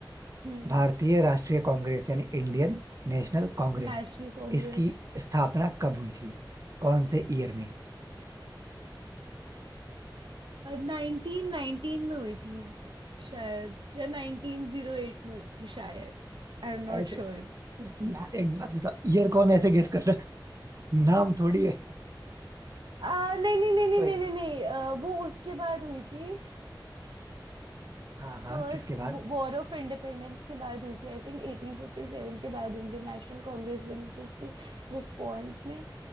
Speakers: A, on the right (about 75°); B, on the right (about 40°).
A: हम्म
B: भारतीय राष्ट्रीय कांग्रेस यानी इंडियन नेशनल कांग्रेस
A: नेशनल कांग्रेस
B: इसकी स्थापना कब हुई थी कौन से ईयर में
A: नाइनटीन नाइनटीन में हुई थी शायद या नाइनटीन जीरो एट में हुई थी शायद I am
B: ऐसे
A: not sure
B: यार एक बात बताओ ईयर कौन ऐसे गेस करता है नाम थोड़ी है
A: नहीं नहीं नहीं नहीं
B: कोई
A: नहीं
B: नहीं
A: नहीं नहीं अ, वो उसके बाद हुई थी
B: हाँ
A: फर्स्ट
B: हाँ किसके बाद
A: वॉर ऑफ इंडिपेंडेंस के बाद हुई थी आई थिंक 1857 के बाद इंडियन नेशनल कांग्रेस बनी थी उसके रिस्पॉन्स में